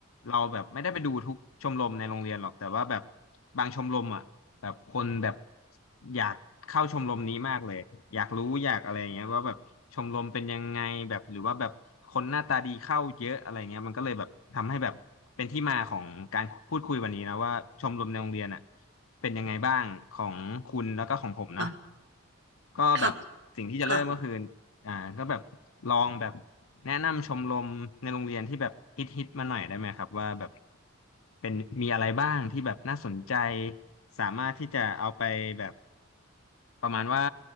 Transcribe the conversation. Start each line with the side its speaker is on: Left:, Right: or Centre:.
Left: เราแบบไม่ได้ไปดูทุกชมรมในโรงเรียนหรอกแต่ว่าแบบบางชมรมอ่ะ แบบคนแบบอยากเข้าชมรมนี้มากเลยอยากรู้อยากอะไรอย่างเงี้ยว่าแบบชมรมเป็นยังไงแบบหรือว่าแบบคนหน้าตาดีเข้าเยอะอะไรเงี้ยมันก็เลยแบบทำให้แบบเป็นที่มาของการพูดคุยวันนี้นะว่าชมรมในโรงเรียนอ่ะเป็นยังไงบ้างของคุณแล้วก็ของผมนะ
Right: อ่ะ
Left: ก็แบบสิ่งที่จะเริ่มก็คือ
Right: ค่ะค่ะ
Left: อ่าก็แบบลองแบบแนะนำชมรมในโรงเรียนที่แบบฮิตฮิตมาหน่อยได้ไหมครับว่าแบบเป็นมีอะไรบ้างที่แบบน่าสนใจสามารถที่จะเอาไปแบบประมาณว่า